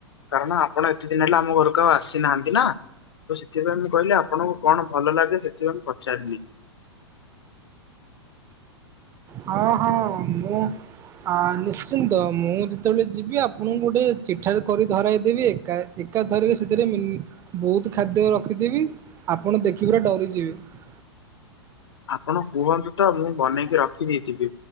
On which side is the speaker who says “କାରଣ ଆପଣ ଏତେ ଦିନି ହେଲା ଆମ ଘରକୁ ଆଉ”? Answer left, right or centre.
Left